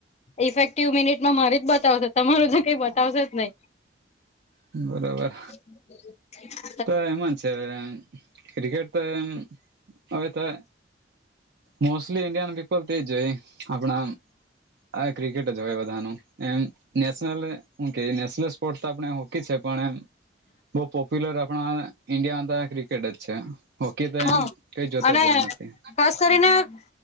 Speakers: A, on the left; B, on the right.
A: ઇફેક્ટિવ મિનિટમાં મારી જ બતાવશે તમારું તો કઈ બતાવશે જ નહીં.
B: બરોબર
A: હ <inaudible>
B: તો એમાં છે એમ ક્રિકેટ તો એમ હવે તો મોસ્ટલી ઇન્ડિયાન પીપલ તેજ હોય આપણા આ ક્રિકેટ જ હોય બધાનું એમ નેશનલ હું કે નેશનલ સ્પોર્ટ તો આપણે હોકી છે પણ એમ બહુ પોપ્યુલર આપણા ઈન્ડિયામાં તો ક્રિકેટ જ છે હોકી તો
A: હા
B: એમ કઈ જોતા
A: અને
B: જવા નથી
A: ખાસ કરીને